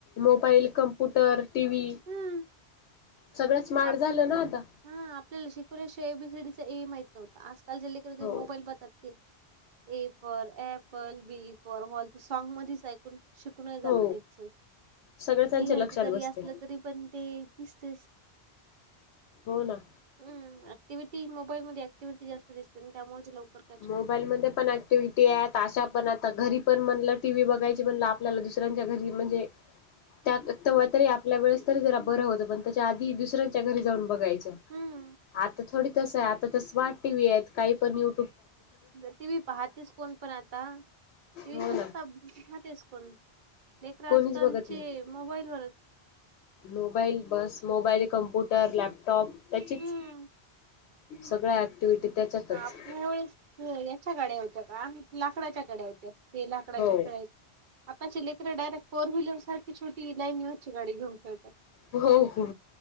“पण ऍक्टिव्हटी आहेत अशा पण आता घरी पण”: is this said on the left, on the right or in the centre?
Left